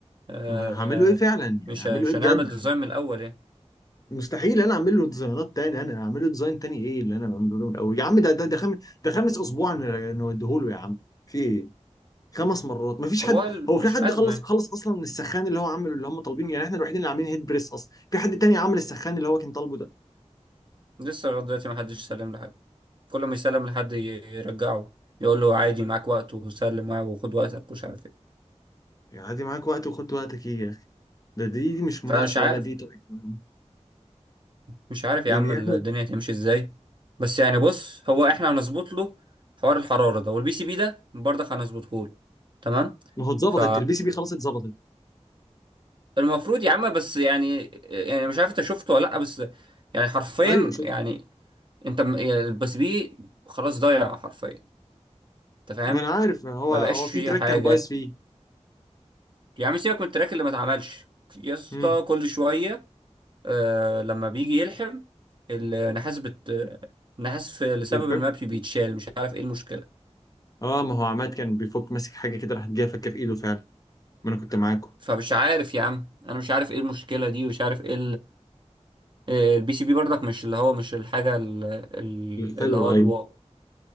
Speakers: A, on the right (about 40°); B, on the left (about 30°).
A: آه
B: طب انا هعمل له ايه فعلا يعني
A: مش
B: هعمل
A: ه- مش
B: له ايه بجد
A: هنعمل ديزاين من الاول يعني
B: مستحيل انا اعمل له ديزاينات تاني انا هعمل له ديزاين تاني ايه اللي انا بعمله له الاول يا عم ده ده ده خامس ده خامس اسبوع نوديه له يا عم في ايه خمس مرات مفيش حد
A: هو ال-
B: هو في
A: مش
B: حد
A: ازمه
B: خلص
A: يعني
B: خلص اصلا من السخان اللي هو عامله اللي هم طالبينه يعني احنا الوحيدين اللي عاملين هيد بريس اصلا في حد تاني عامل السخان اللي هو كان طالبه ده
A: لسه لغايه دلوقتي ما حدش سلم لحد كل ما يسلم لحد ي- يرجعه يقول له عادي معاك وقت وسلم معاه وخد وقتك ومش عارف ايه
B: يعني عادي معاك وقت وخد وقتك ايه يا اخي ده دي, دي مش مناقشه
A: فانا مش عارف
B: ولا دي طريقه
A: مش عارف يا
B: يعني
A: عم الدنيا
B: احنا
A: هتمشي ازاي بس يعني بص هو احنا هنظبط له حوار الحرارة ده والبي سي بي ده برضه هنظبطه له تمام
B: ما هو اتظبطت
A: ف
B: تلبسي بيه خلاص اتظبطت
A: المفروض يا عم بس يعني يعني مش عارف انت شفته ولا لا بس يعني حرفيا
B: ايوه شفت
A: يعني انت م- يعني البي سي بي خلاص ضايع حرفيا انت فاهم
B: ما انا عارف ما هو
A: ما
B: هو
A: بقاش فيه
B: في تراك
A: حاجة
B: كان بايظ فيه
A: يا عم سيبك من التراك اللي ما اتعملش يا اسطى
B: امم
A: كل شوية آه لما بيجي يلحم النحاس بت النحاس في- لسبب
B: بيفك
A: ما بي- بيتشال مش عارف ايه المشكلة
B: اه ما هو عماد كان بيفك ماسك حاجه كده راحت جايه فكه في ايده فعلا ما انا كنت معاكم
A: فمش عارف يا عم انا مش عارف ايه المشكلة دي ومش عارف ايه البي سي بي برضك مش اللي هو مش الحاجة ال- ال-
B: حلو
A: اللي هو
B: ايوه
A: الواو